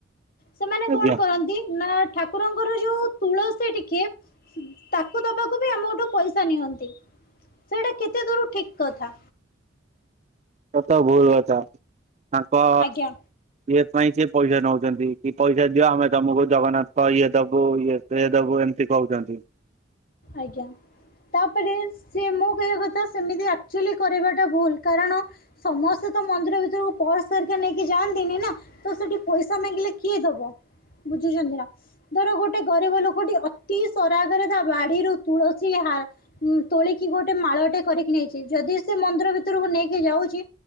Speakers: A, on the left; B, on the right.
A: ସେମାନେ
B: ଆଜ୍ଞା
A: କଣ କରନ୍ତି ନା ଠାକୁରଙ୍କର ଯୋଉ ତୁଳସୀ ଟିକେ ତାକୁ ଦବାକୁ ବି ଆମଠୁ ପଇସା ନିଅନ୍ତି ସେଇଟା କେତେ ଦୂର ଠିକ କଥା?
B: ଏତ ଭୁଲ କଥା ତାଙ୍କ
A: ଆଜ୍ଞା।
B: ଇଏ ପାଇଁ ସିଏ ପଇସା ନଉଛନ୍ତି କି ପଇସା ଦିଅ ଆମେ ତମକୁ ଜଗନ୍ନାଥ ଇଏ ତ ଦବୁ ଇଏ। ସେ ଦେବୁ ଏମିତି କହୁଛନ୍ତି।
A: ଆଜ୍ଞା। ତାପରେ ସେ ମୁଁ କହିବା କଥା ସେମିତି ଆକ୍ଚୁଆଲି କରିବାଟା ଭୁଲ। କାରଣ ସମସ୍ତେ ତ ମନ୍ଦିର ଭିତରକୁ ପର୍ସ ହରିକା ନେଇକି ଯାଆନ୍ତିନି ନା। ତ ସେଠି ପଇସା ମାଗିଲେ କିଏ ଦବ? ବୁଝୁଛନ୍ତି ନା ଧର ଗୋଟେ ଗରିବ ଲୋକ ଟିକେ ଅତି ସରାଗରେ ତା ବାଡିରୁ ତୁଳସୀ ହା ତୋଳିକି ଗୋଟେ ମାଳଟେ କରିକି ନେଇଛି ଯଦି ସେ ମନ୍ଦିର ଭିତରକୁ ନେଇକି ଯାଉଛି